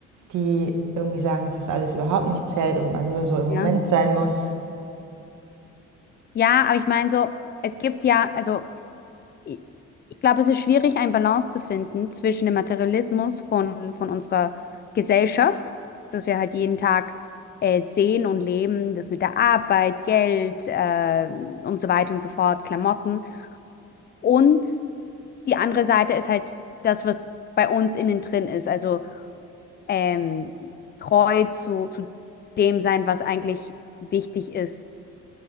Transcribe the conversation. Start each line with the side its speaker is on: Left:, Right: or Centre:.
Right: die irgendwie sagen, dass das alles überhaupt nicht zählt und man nur so im
Left: Ja.
Right: Moment sein muss.
Left: Ja, aber ich meine so, es gibt ja, also ich ich glaube, es ist schwierig, eine Balance zu finden zwischen dem Materialismus von, von unserer Gesellschaft, das wir halt jeden Tag äh, sehen und leben, das mit der Arbeit, Geld äh, und so weiter und so fort, Klamotten. Und die andere Seite ist halt das, was bei uns innen drin ist, also ähm, treu zu, zu dem sein, was eigentlich wichtig ist